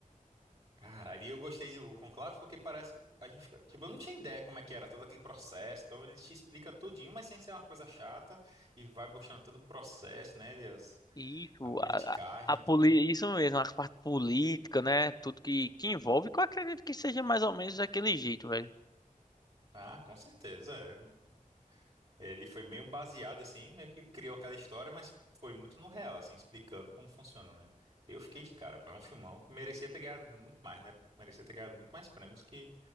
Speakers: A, on the right; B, on the left.
A: cara e eu gostei do Conclave porque parece que a gente fica. Tipo, eu não tinha ideia como é que era todo aquele processo. Então ele te explica tudinho, mas sem ser uma coisa chata. E vai mostrando todo o processo, né? E as-
B: Isso,
A: a politicagem
B: a, a, a
A: e
B: poli-
A: tudo.
B: isso mesmo, a parte política, né? Tudo que, que envolve, que eu acredito que seja mais ou menos daquele jeito, velho.
A: Ah, com certeza. é. Não- Ele foi meio baseado, assim, meio que criou aquela história, mas foi muito no real, assim, explicando como funciona, né? Eu fiquei de cara, pô. É um filmão que merecia ter ganhado muito mais, né? Merecia ter ganhado muito mais prêmios que...